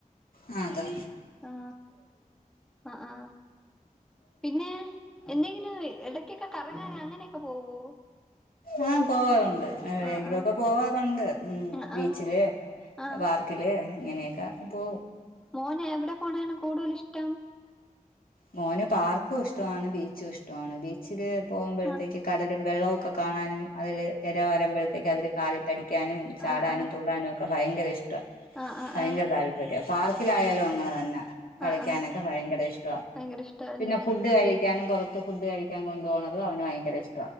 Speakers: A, on the left; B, in the centre.
A: അ അതെ
B: ആ ആ ആ. പിന്നെ എന്തെങ്കിലും ഇടക്കൊക്കെ കറങ്ങാ അങ്ങനെയൊക്കെ പോവോ
A: ആ. പോവാറുണ്ട് എവിടെങ്കിലും
B: ആ ആ
A: ഒക്കെ പോവാറുണ്ട് ഉംബീച്ചില്
B: ആ ആ ആ
A: പാർക്കില് ഇങ്ങനെയൊക്കെ പോവും
B: മോനെ എവിടെ പോണാണ് കൂടുതല് ഇഷ്ടം
A: മോന് പാർക്കും ഇഷ്ടമാണ് ബീച്ചും ഇഷ്ടമാണ് ബീച്ചില് പോകുമ്പോഴത്തേക്ക്
B: ആ
A: കടലും വെള്ളവും ഒക്കെ കാണാനും അതില് തിര വരുമ്പോഴത്തേക്ക് അതില് കാലിട്ട് അടിക്കാനും ചാടാനും
B: ആ ആ
A: തുള്ളാനും ഒക്കെ ഭയങ്കര ഇഷ്ടാ
B: ആ ആ
A: ഭയങ്കര
B: ആ
A: താല്പര്യ പാർക്കിലായയാലും അങ്ങനെ തന്നെ കളിക്കാനൊക്കെ
B: ആ ആ
A: ഭയങ്കര ഇഷ്ടമാണ്
B: ഭയങ്കര ഇഷ്ടല്ലേ
A: പിന്നെ ഫുഡ് കഴിക്കാനും പുറത്ത് ഫുഡ് കഴിക്കാൻ കൊണ്ട് പോണതും അവന് ഭയങ്കര ഇഷ്